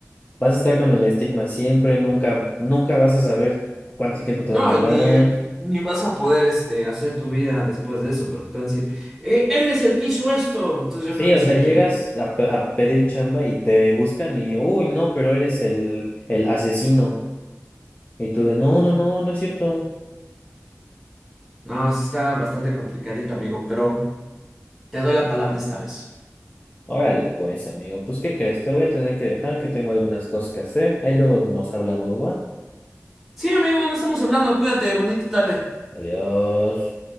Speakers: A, on the left; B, in the centre.
A: vas a estar con el estigma siempre, nunca, nunca vas a saber cuánto tiempo te
B: No,
A: van a
B: y
A: dar.
B: ni, ni vas a poder este, hacer tu vida después de eso, porque te van a decir, "Eh, él es el que hizo esto. Entonces yo
A: Sí,
B: creo que
A: o
B: sí.
A: sea, llegas
B: te-
A: a, pe- a pedir chamba y te buscan y, uy, no, pero eres el, el asesino. Y tú de, no, no, no, no es cierto.
B: No, sí está bastante complicadito, amigo, pero te doy la palabra esta vez.
A: Órale, pues, amigo, pues, ¿qué crees? Te voy a tener que dejar, que tengo algunas cosas que hacer. Ahí luego nos hablamos, ¿va?
B: Sí, amigo, no estamos hablando. Cuídate, bonita tarde.
A: Adiós.